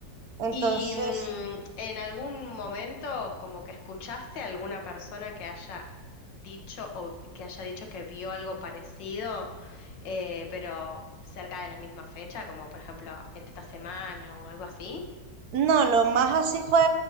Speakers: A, on the right; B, on the left.
A: Entonces,
B: ¿Y mm, en algún momento como que escuchaste a alguna persona que haya dicho o que haya dicho que vio algo parecido, eh, pero cerca de la misma fecha, como por ejemplo en esta semana o algo así?
A: No, lo más así fue,